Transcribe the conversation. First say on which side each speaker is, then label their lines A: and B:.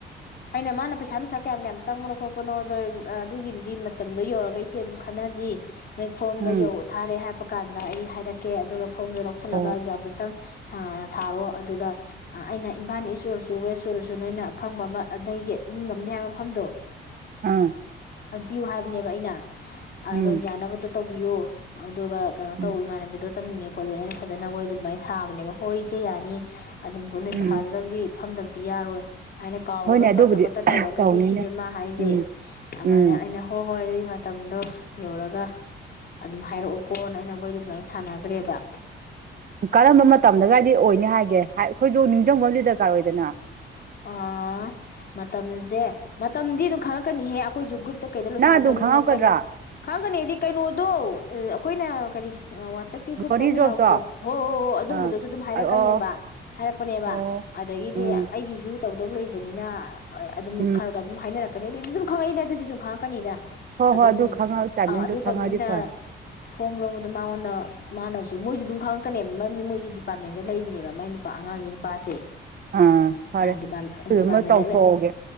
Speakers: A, on the left; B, on the right.
A: ꯑꯩꯅ ꯃꯥꯅ ꯄꯩꯁꯥ ꯅꯨꯡꯁꯥ ꯀꯌꯥꯝ ꯀꯌꯥꯝ ꯆꯪꯕꯅꯣ ꯈꯣꯠꯄꯅꯣ ꯑꯗ ꯑꯗꯨꯒꯤꯗꯨꯗꯤ ꯃꯇꯝꯗꯣ ꯌꯧꯔꯒ ꯏꯆꯦ ꯑꯗꯨꯝ ꯈꯟꯅꯁꯤ ꯐꯣꯝꯗꯣ
B: ꯎꯝ
A: ꯌꯧ ꯊꯥꯔꯦ ꯍꯥꯏꯕ ꯀꯥꯟꯗ ꯑꯩ ꯍꯥꯏꯔꯛꯀꯦ ꯑꯗꯨꯒ ꯐꯣꯝ ꯔꯣꯁ
B: ꯑꯣ
A: ꯂꯒ ꯌꯥꯗ ꯊꯥꯔꯣ ꯑꯗꯨꯒ ꯑꯩꯅ ꯏꯝꯐꯥꯜ ꯏꯁ ꯑꯣꯏꯔꯁꯨ ꯋꯦꯁ ꯑꯣꯏꯔꯁꯨ ꯅꯣꯏꯅ ꯑ ꯐꯪꯕ ꯑꯃ ꯅꯣꯏꯒꯤ ꯉꯝꯅꯤ ꯍꯥꯏꯕ ꯃꯐꯝꯗꯣ
B: ꯑꯥ
A: ꯑꯗꯨꯟ ꯄꯤꯌꯨ ꯍꯥꯏꯕꯅꯦꯕ ꯑꯩꯅ ꯑꯗ
B: ꯎꯝ
A: ꯕ ꯇꯧꯕꯤꯌꯣ ꯑꯗꯨꯒ ꯀꯩꯅꯣ
B: ꯎꯝ
A: ꯇꯧ ꯏꯃꯥꯟꯅꯕꯤꯗ ꯇꯝꯅꯤꯡꯉꯦ ꯈꯣꯠꯦꯩꯅ ꯐꯖꯅ ꯍꯣꯏꯗ ꯑꯗꯨꯃꯥꯏꯅ ꯁꯥꯕꯅꯦꯕ ꯍꯣꯏꯁꯦ ꯌꯥꯅꯤ ꯑꯗꯨꯕꯨꯅꯤ
B: ꯎꯝ
A: ꯊꯥꯖꯖꯗꯕꯒꯤ ꯐꯝꯗꯕ ꯗꯤ ꯌꯥꯔꯣꯏ ꯍꯥꯏꯅ ꯀꯥꯎꯔꯒ
B: ꯍꯣꯏꯅꯦ ꯑꯗꯨꯕꯨꯗꯤ
A: ꯐꯝꯗ ꯈꯣꯠꯇ ꯇꯧꯔꯒꯗꯤ
B: ꯇꯧꯅꯤꯅꯦ
A: ꯁꯤꯅꯦ ꯃꯥ ꯍꯥꯏꯁꯦ
B: ꯎꯝ
A: ꯑꯗꯨꯃꯥꯏꯅ
B: ꯎꯝ
A: ꯑꯩꯅ ꯍꯣꯏ ꯍꯣꯏ ꯃꯇꯝꯗꯣ ꯌꯧꯔꯒ ꯑꯗꯨꯝ ꯍꯥꯏꯔꯛꯑꯣꯀꯣꯅ ꯑꯩꯅ ꯃꯣꯏꯗ ꯑꯗꯨꯃꯥꯏꯅ ꯁꯥꯟꯅꯈ꯭ꯔꯦꯕ
B: ꯀꯔꯝꯕ ꯃꯇꯝꯗꯒꯥꯏꯗꯤ ꯑꯣꯏꯅꯤ ꯍꯥꯏꯒꯦ ꯃ‌ꯈ‌ꯣꯏꯁꯨ ꯅꯤꯡꯁꯤꯡꯕ ꯑꯃꯗꯤ ꯗꯔꯀꯥꯔ ꯑꯣꯏꯗꯅ
A: ꯑ ꯃꯇꯝꯁꯦ ꯃꯇꯝꯗꯤ ꯑꯗꯨꯝ ꯈꯪꯉꯛꯀꯅꯤꯍꯦ ꯑꯩꯈꯣꯏꯁꯨ ꯒ꯭ꯔꯨꯞꯇ ꯀꯩꯗ ꯂꯣꯏꯊꯥꯔꯛꯀꯅꯤꯅ
B: ꯅꯪ ꯑꯗꯨꯝ ꯈꯪꯍꯧꯒꯗ꯭ꯔꯥ
A: ꯀꯩꯅꯣ ꯈꯪꯉꯛꯀꯅꯤ ꯍꯥꯏꯗꯤ ꯀꯩꯅꯣꯗꯣ ꯑꯩꯈꯣꯏꯅ ꯀꯔꯤ ꯋꯥꯆꯞꯀꯤ
B: ꯒ꯭ꯂꯣꯔꯤ
A: ꯒ꯭ꯔꯨꯞꯇ ꯑꯃ
B: ꯖꯣꯕꯇꯣ
A: ꯌꯥꯎꯕꯗꯣ ꯍꯣ ꯍꯣꯏ ꯍꯣꯏ ꯑꯗꯨꯝꯕꯗꯨꯁꯨ
B: ꯑꯥ
A: ꯑꯗꯨꯝ ꯍꯥꯏꯔꯛꯀꯅꯦꯕ
B: ꯑꯣ
A: ꯍꯥꯏꯔꯛꯄꯅꯦꯕ
B: ꯑꯣ
A: ꯑꯗꯒꯤꯗꯤ
B: ꯎꯝ
A: ꯑꯩꯒꯤꯁꯨ ꯇꯧꯗꯧ ꯂꯩꯕꯅꯤꯅ ꯍꯣꯏ ꯑꯗꯨꯝ
B: ꯎꯝ
A: ꯈꯔꯒ ꯑꯗꯨꯝ ꯍꯥꯏꯅꯔꯛ ꯀꯅꯤ ꯑꯗꯨꯗꯤ ꯑꯗꯨꯝ ꯈꯪꯉꯛꯏꯗ ꯑꯗꯨꯗꯤ ꯑꯗꯨꯝ ꯈꯪꯉꯛꯀꯅꯤꯗ
B: ꯍꯣꯏ
A: ꯑꯗꯨꯝ
B: ꯍꯣꯏ ꯑꯗꯨ ꯈꯪꯉ ꯇꯥꯏꯃꯤꯡꯗꯨ
A: ꯑ ꯑꯗꯨ
B: ꯈꯪꯉꯗꯤ
A: ꯇꯥꯏꯃꯤꯡꯗ
B: ꯐꯔꯦ
A: ꯐꯣꯝ ꯂꯧꯕꯗ ꯃꯉꯣꯟꯗ ꯃꯥꯅꯁꯨ ꯃꯣꯏꯁꯨ ꯑꯗꯨꯝ ꯈꯪꯉꯛꯀꯅꯦꯕ ꯃꯔꯝꯗꯤ ꯃꯣꯏꯗꯤ ꯗꯤꯄꯥꯔꯠꯃꯦꯟꯗ ꯂꯩꯔꯤꯅꯦꯕ ꯃꯥꯏ ꯅꯨꯄꯥ ꯑꯉꯥꯁꯤꯒꯤ ꯅꯨꯄꯥꯁꯦ
B: ꯑꯥ ꯐꯔꯦ
A: ꯑ ꯗꯤꯄꯥꯝ ꯏꯗꯤꯄꯥꯝꯗꯂꯦ
B: ꯑꯗꯨꯃ ꯇꯧꯊꯣꯛꯍꯧꯒꯦ